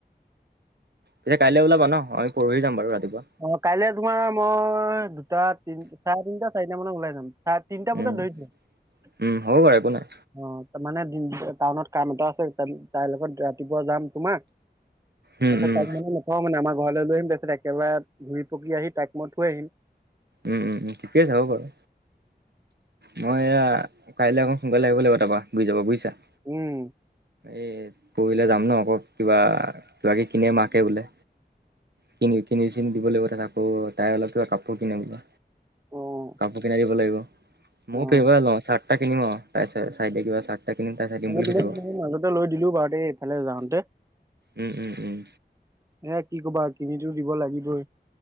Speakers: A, on the right; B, on the right.
A: তে কাইলৈ ওলাবা ন? আমি পৰহি যাম বাৰু ৰাতিপুৱা।
B: অ কাইলে তোমাৰ মই দুটা তিনটা চাৰে তিনটা চাৰিটা মানত ওলাই যাম। চাৰে তিনিটা বজাত
A: উম
B: ধৰি <unintelligible>
A: উম হ'ব বাৰু একো নাই
B: অ তাৰ মানে দিন টাউনত কাম এটা আছে। তাদি তাইৰ লগত ৰাতিপুৱা যাম তোমাৰ
A: উম
B: তাৰপিছত
A: উম
B: তাইক মানে নথওঁ মানে আমাৰ ঘৰলৈ লৈ আহিম তাৰপিছত একেবাৰে ঘূৰি পকি আহি তাইক মই থৈ আহিম।
A: উম উম ঠিকেই আছে, হ'ব বাৰু। মই এয়া কাইলৈ আকৌ সোনকালে আহিব লাগিব তাৰপৰা ঘুৰি যাব বুজিছা।
B: উম।
A: এই পৰহিলে যাম ন আকৌ কিবা কিবাকিবি কিনে মাকে বোলে। কিনি কিনি-চিনি দিব লাগিব। তাৰপিছত আকৌ তাইৰ অলপ কিবা কাপোৰ কিনে বোলে,
B: অঁ
A: কাপোৰ কিনি দিব লাগিব। ময়ো
B: অঁ
A: কিনিব লং চাৰ্ট এটা কিনিম আৰু। তাই চাই চাই-তাই কিবা চাৰ্ট এটা কিনিম তাই চাই দিম বুলি
B: তোমাক
A: কৈছা বাৰু।
B: মাজতে লৈ দিলোঁ বাৰু দেই এইফালে যাওঁতে
A: উম উম উম।
B: এ কি ক'বা, কিনিতো দিব লাগিবই।